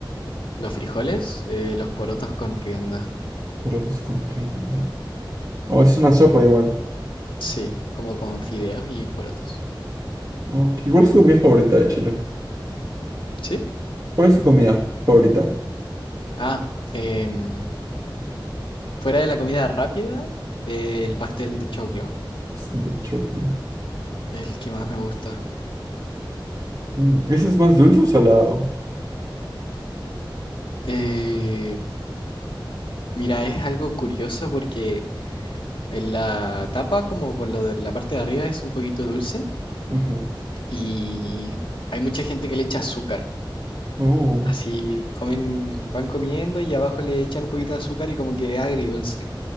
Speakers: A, on the left; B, on the right.
A: los frijoles, eh, los porotos con rienda.
B: porotos con rienda. Oh, eso es una sopa igual.
A: Sí, como con fideos y porotos.
B: Ok, ¿cuál es tu comida favorita de Chile?
A: ¿Sí?
B: ¿Cuál es tu comida favorita?
A: Ah, em, fuera de la comida rápida, eh, el pastel de choclo,
B: Pastel de choclo.
A: el que más me gusta.
B: Mm, ¿ese es más dulce o salado?
A: Eh, mira, es algo curioso porque... En la tapa, como por lo de la parte de arriba, es un poquito dulce
B: Ujú.
A: y hay mucha gente que le echa azúcar.
B: Oh,
A: Así comen, van comiendo y abajo le echan un poquito de azúcar y como que es agridulce